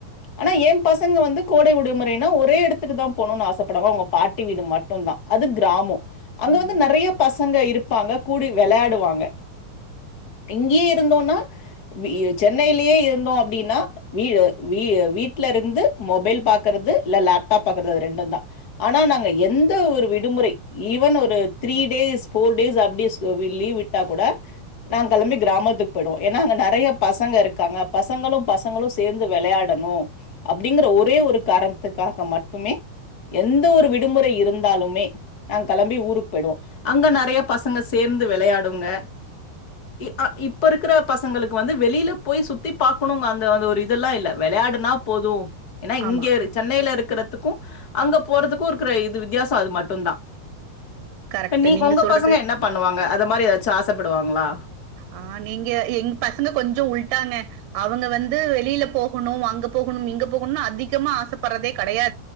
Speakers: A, on the left; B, on the right.
A: ஆனா என் பசங்க வந்து கோடை விடுமுறைனா ஒரே இடத்துக்கு தா போணுனு ஆசைப்படுவ உங்க பாட்டி வீடு மட்டுதா அது கிராம அங்க
B: ம்.
A: வந்து நறைய பச ங்க இருப்பாங்க கூடி விளையாடுவாங்க இங்கேயே இருந்தோனா சென்னையிலேயே இருந்து அப்டின்னா வீ வீ வீட்டல இருந்து மொபைல் பாக்கறது இல்ல லேப்டாப் பாக்கறது அது ரெண்டு தா ஆனா நாங்க எந்த ஒரு விடுமுறை ஈவன் ஒரு த்ரீ டேஸ் ஃபோர் டேஸ் அப்டி லீவ் விட்டா கூட நாங்க கிளம்பி கிராமத்துக்கு போயிடுவோ ஏன்னா அங்க நறைய பசங்க இருக்காங்க பசங்களு பசங்களு சேர்ந்து விளையாடணு அப்டிங்கிற ஒரே ஒரு காரணத்துக்காக மட்டுமே எந்த ஒரு விடுமுறை இருந்தாலுமே நாங்க கிளம்பி ஊருக்கு போயி்டவோ அங்க நிறைய பசங்க சேர்ந்து விளையாடுங்க இ அ இப்ப இருக்கிற பசங்களுக்கு வந்து வெளியில போய் சு சுத்தி பாக்கணுங்க அந்த அந்த ஒரு இதெல்லா இல்ல விளையாடுனா போது ஏன்னா இங்க
B: ஆமா.
A: சென்னையில இருக்கற த்துக்கு அங்க போறதுக்கு இருக்கிற இது வித்தியாச அது மட்டுதா
B: கரெக்ட்.
A: நீ
B: நீங்க
A: உங்க
B: சொல்றது
A: பசங்க என்ன பண்ணுவாங்க அத இது மாரி ஏதாச்சு ஆசப்படுவாங்களா
B: ஆஹ் நீங்க எங்க பசங்க கொஞ்ச உல்டாங்க அவங்க வந்து வெளியில போகணு அங்க போகணு இங்கே போகணு அதிக ஆசைப்படுறதே கிடையா